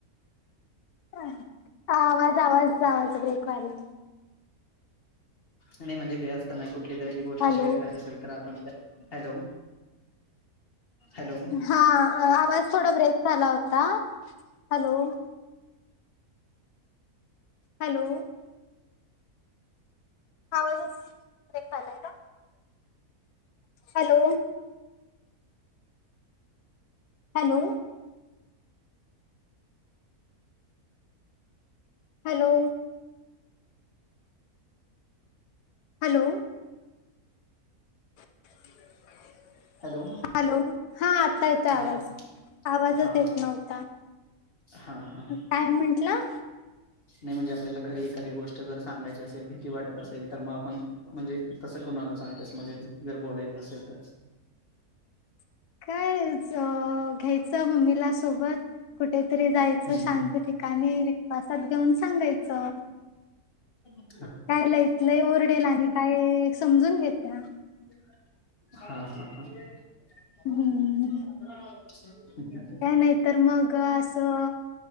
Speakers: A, on the left (about 90°); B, on the left (about 45°).
A: <unintelligible> आवाज आवाज आवाज ब्रेक व्हालांय.
B: आणि म्हणजे ते असताना कुठली तरी आपली गोष्ट
A: हॅलो
B: शेअर करायची असेल तर आपण- हॅलो- हॅलो
A: हां आवाज थोडा ब्रेक झाला होता हॅलो- हॅलो- आवाजलाय का hello hello hello hello <inaudible>
B: hello
A: hello हा आता येतो
B: हा
A: आवाज आवाजच
B: हा
A: येत नव्हता
B: हा हा
A: काय म्हटलं
B: नाही म्हणजे आपल्याला घरी एखादी गोष्ट जर सांगायची असेल भीती वाटत असेल तर मग आपण म्हणजे कसं कोणाला सांगस मगैरेर बोलायचं असेल तर
A: <inaudible> काय घ्यायचं मम्मीला सोबत कुठेतरी जायचं
B: हम्म
A: शांत
B: हम्म
A: ठिकाणी विश्वासात घेऊन सांगायचं
B: ह
A: काय ल इतलं ओरडेल आणि काय समजून घेत्या
B: हा ह ह
A: हम्म
B: हो आ
A: का नाहीतर मग असं